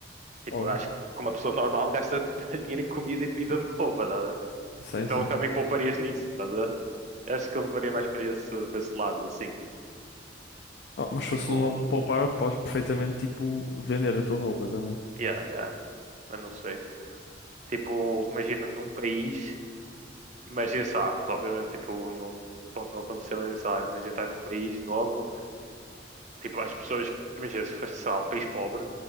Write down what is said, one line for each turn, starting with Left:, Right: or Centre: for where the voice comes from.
Right: tipo,
Left: óbvio.
Right: eu acho que como uma pessoa normal gasta mais dinheiro em comida e bebida do que roupa, tá?
Left: Sim,
Right: Então
Left: sim.
Right: também pouparias nisso, tá? Acho que eu levaria mais para esse, para esse lado, assim.
Left: Ah, mas se
Right: Tipo,
Left: fosse um lado de poupar, podes perfeitamente tipo vender a tua roupa também.
Right: yeah, yeah, mas não sei. Tipo, imagina num país, imagina, sei lá, obviamente, tipo, não pode não acontecer, mas sei lá, imagina estar num país novo, tipo, as pessoas, imagina, se fosse, sei lá, um país pobre,